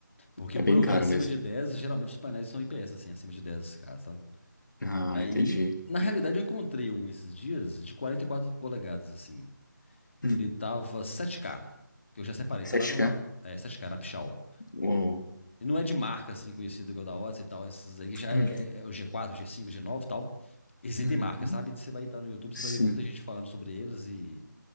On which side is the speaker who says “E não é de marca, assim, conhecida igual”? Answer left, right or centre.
Left